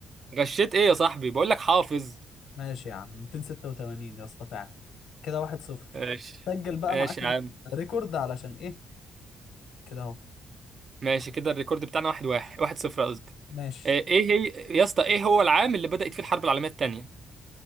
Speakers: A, on the right; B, on the left.
A: غشيت ايه يا صاحبي بقول لك حافظ
B: ماشي يا عم 286 يا اسطى فعلا كده 1-0
A: ماشي
B: سجل بقى
A: ماشي
B: معاك
A: يا عم
B: الريكورد علشان ايه كده اهو
A: ماشي كده الريكورد بتاعنا واحد واحد واحد صفر قصدي
B: ماشي
A: آه، ايه هي يا اسطى ايه هو العام اللي بدأت فيه الحرب العالميه الثانيه